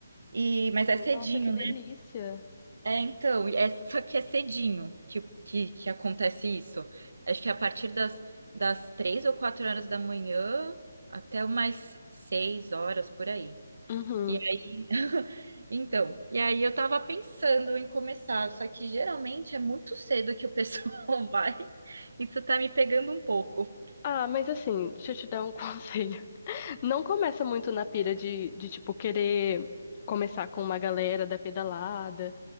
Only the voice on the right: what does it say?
E, mas é cedinho,
é, então, é, só que é cedinho que, que, que acontece isso. Acho que é a partir das, das três ou quatro horas da manhã até umas seis horas por aí.
E aí, <laughs> então, e aí eu tava pensando em começar, só que geralmente é muito cedo que o pessoal <laughs> vai. Isso tá me pegando um pouco.